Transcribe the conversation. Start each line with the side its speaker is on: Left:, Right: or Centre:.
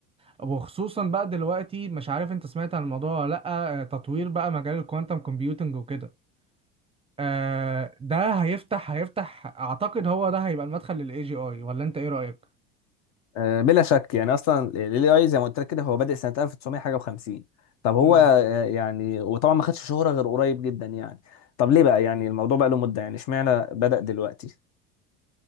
Right: وخصوصا بقى دلوقتي مش عارف انت سمعت عن الموضوع ولا لا آه، تطوير بقى مجال الكوانتم كومبيوتنج وكده آه، ده هيفتح هيفتح اعتقد هو ده هيبقى المدخل للاي جي اي ولا انت ايه رأيك
Left: آه، بلا شك يعني اصلا ال AI زي ما قلت لك كده هو بادئ سنه 1900 حاجه و50 طب هو
Right: مم.
Left: آه، يعني وطبعا ما خدش شهره غير قريب جدا يعني طب ليه بقى يعني الموضوع بقى له مده يعني اشمعنى بدأ دلوقتي